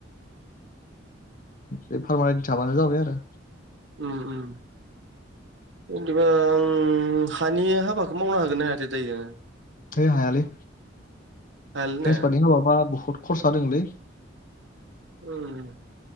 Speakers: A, on the left; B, on the right.
A: बे पारमानेन्ट थाबानो जाबाय आरो
B: उम उम बिदिबा आं हानि हाबाखौ मावनो हागोनना हायाथाय दायो?
A: थै हायालै।
B: हायालै
A: ट्रेन्सपारदिं
B: ने
A: खालामबा बुहुत खरसा दोङोलै
B: उम